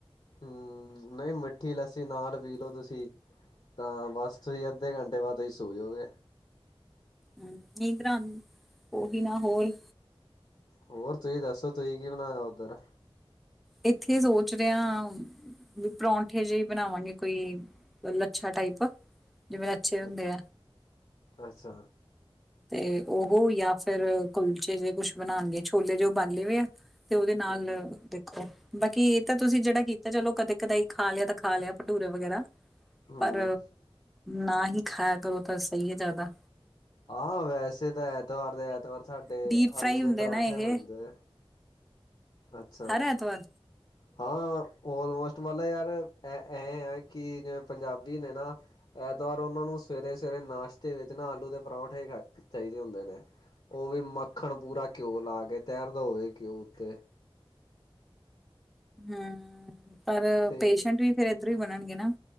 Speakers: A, on the left (about 55°); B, in the centre.
A: ਹੂੰ ਨਈ ਮਿੱਠੀ ਲੱਸੀ ਨਾਲ ਪੀ ਲੋੋ ਤੁਸੀਂ ਤਾਂ ਬਸ ਤੁਸੀਂ ਅੱਧੇ ਘੰਟੇ ਬਾਦ ਤੁਸੀਂ ਸੋ ਜਓਗੇ।
B: ਹੂੰ ਨੀਂਦਰਾ ਉਹੀ ਨਾ ਹੋਰ
A: ਹੋਰ ਤੁਸੀਂ ਦੱਸੋ ਤੁਸੀਂ ਕੀ ਬਣਾਇਆ ਉੱਧਰ
B: ਇੱਥੇ ਸੋਚ ਰਿਆਂ। ਵੀ ਪਰੌਂਠੇ ਜਿਹੇ ਬਣਾਵਾਂਗੇ ਕੋਈ ਲੱਛਾ ਟਾਈਪ ਜਿਵੇਂ ਅੱਛੇ ਹੁੰਦੇ
A: ਅੱਛਾ
B: ਆ।
A: ਅੱਛਾ
B: ਤੇ ਓ ਜਾਂ ਫਿਰ ਕੁਲਚੇ ਜਿਹੇ ਕੁੱਛ ਬਣਾਣਗੇ ਛੋਲੇ ਜੋ ਉਬਾਲੇ ਆ। ਤੇ ਉਹਦੇ ਨਾਲ
A: ਹੂੰ
B: ਦੇ ਬਾਕੀ ਇਹ ਤਾਂ ਤੁਸੀਂ ਜੇੜਾ ਕੀਤਾ ਚਲੋ ਕਦੇ ਕਦੇਈ ਖਾ ਲਿਆ ਤਾਂ ਖਾ ਲਿਆ ਭਟੂਰੇ ਵਗੈਰਾ
A: ਹੂੰ।
B: ਪਰ ਨਾ ਹੀ ਖਾਇਆ ਕਰੋ ਤਾਂ ਸਈ ਹੈ ਜਾਦਾ
A: ਆਹ ਵੈਸੇ ਤਾਂ ਐਤਵਾਰ ਦੇ ਐਤਵਾਰ ਸਾਡੇ
B: ਡੀਪ ਫਰਾਈ
A: ਆਲੂ
B: ਹੁੰਦੇ
A: ਦੇ ਪਰਾਂਠੇ
B: ਨਾ ਇਹ
A: ਮਿਲਦੇ। ਅੱਛਾ
B: ਹਰ ਐਤਵਾਰ
A: ਹਾਂ, ਆਲਮੋਸਟ ਮਤਲਬ ਯਾਰ ਇਹ, ਇਹ ਆ ਕਿ ਜਿਵੇਂ ਪੰਜਾਬੀ ਨੇ ਨਾ ਐਤਵਾਰ ਉਹਨਾਂ ਨੂੰ ਸਵੇਰੇ-ਸਵੇਰੇ ਨਾਸ਼ਤੇ ਵਿੱਚ ਨਾ ਆਲੂ ਦੇ ਪਰੌਂਠੇ ਖਾ ਚਾਹੀਦੇ ਹੁੰਦੇ ਨੇ। ਉਹ ਵੀ ਮੱਖਣ ਪੂਰਾ ਘਿਓ ਲਾ ਕੇ ਤੈਰਦਾ ਹੋਵੇ ਘਿਓ ਉੱਤੇ।
B: ਹੂੰ ਪਰ
A: ਤੇ
B: ਪੇਸ਼ੈਂਟ ਵੀ ਫੇਰ ਇੱਧਰੋਂ ਹੀ ਬਣਨਗੇ ਨਾ।